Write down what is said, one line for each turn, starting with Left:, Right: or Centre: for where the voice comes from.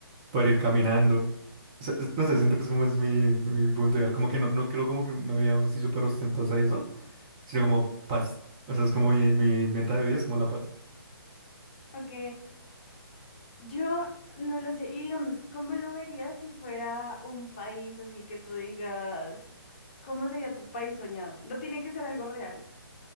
Right: Poder ir caminando. O sea, es- no sé, siento que es como es mi, mi punto ideal, como que no, no quiero como que una vida así súper ostentosa y eso, sino como paz. O sea, es como mi, mi meta de vida, es como la paz.
Left: Ok. Yo no lo sé. Y digamos, ¿cómo lo verías si fuera un país así que tú digas, ¿cómo sería tu país soñado? No tiene que ser algo real,